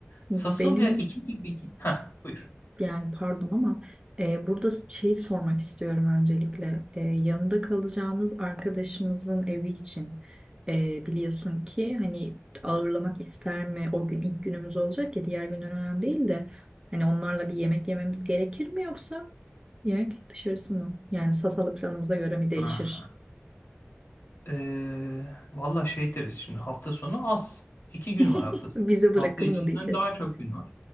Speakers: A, on the right; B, on the left.
A: Benim
B: Sasalı'ya 2 gibi... Heh, buyur.
A: yani pardon ama e, burada şey sormak istiyorum öncelikle. E, yanında kalacağımız arkadaşımızın evi için e, biliyorsun ki hani ağırlamak ister mi? O gün ilk günümüz olacak ya diğer günler önemli değil de hani onlarla bir yemek yememiz gerekir mi yoksa yemek dışarısı mı? Yani Sasalı planımıza göre mi değişir?
B: Ha. Ee, valla şey deriz şimdi hafta sonu az. İki gün
A: <laughs>
B: var hafta. sonu.
A: Bize
B: Hafta
A: bırakın
B: içinden
A: mı diyeceğiz.
B: daha çok gün var.